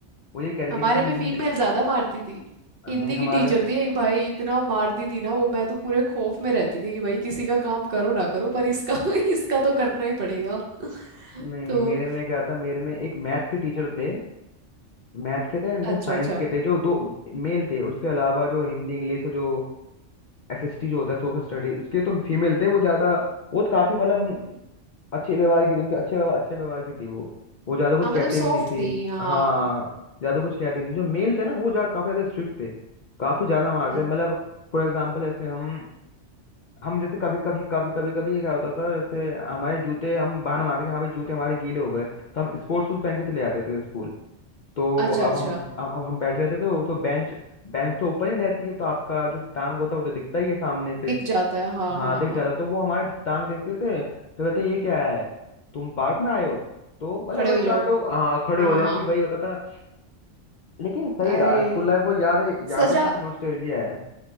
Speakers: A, on the left; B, on the right.
A: वो ये कह रही
B: हमारे
A: थी कि तुम
B: में
A: जिन
B: फीमेल ज्यादा मारती थी
A: नहीं
B: हिंदी
A: हमारे
B: की टीचर थी एक भाई इतना मारती थी ना वो मैं तो पूरे खौफ में रहती थी कि भाई किसी का काम करो ना करो पर इसका <laughs> इसका तो करना ही पड़ेगा
A: नहीं
B: तो
A: नहीं मेरे में क्या था मेरे में एक मैथ के टीचर थे मैथ के थे एंड
B: अच्छा
A: देन साइंस
B: अच्छा
A: के थे जो दो मेल थे उसके अलावा जो हिंदी इंग्लिश और जो एसएसटी जो होता है सोशल स्टडी उसके तो फीमेल थे वो ज्यादा वो तो काफी मतलब अच्छे व्यवहार की थी उनके अच्छे व्यवहार अच्छे व्यवहार की थी वो वो ज्यादा कुछ
B: हाँ मतलब
A: कहते
B: सॉफ्ट
A: भी नहीं थी
B: थी हाँ
A: हाँ ज्यादा कुछ कहते नहीं थे जो मेल थे ना वो जा काफी ज्यादा स्ट्रिक्ट थे काफी ज्यादा मारते
B: अ-
A: थे। मतलब फॉर एग्जाम्पल जैसे हम हम जैसे कभी कभी कभी कभी कभी ये क्या होता था जैसे हमारे जूते हम बहाना मारते कि हाँ भाई जूते हमारे गीले हो गए तो हम स्पोर्ट्स शूज पहन के चले जाते थे स्कूल तो
B: अच्छा
A: अब
B: अच्छा
A: हम अब अब हम बैठे रहते तो तो बेंच बेंच तो ऊपर ही रहती है तो आपका जो टांग होता है वो तो दिखता ही है सामने से
B: दिख जाता है हाँ
A: हाँ
B: हाँ
A: दिख
B: हाँ
A: जाता तो वो हमारे टांग देखते थे तो कहते ये क्या है तुम पार्क में आए हो तो मतलब
B: खड़े
A: वही
B: हो जाओ
A: कांड हो हाँ खड़े
B: हाँ
A: हो जाती
B: हाँ
A: वही होता था लेकिन सही
B: अरे
A: रहा स्कूल लाइफ वो यादें यादें
B: सजा
A: हैं वो नॉस्टैल्जिया है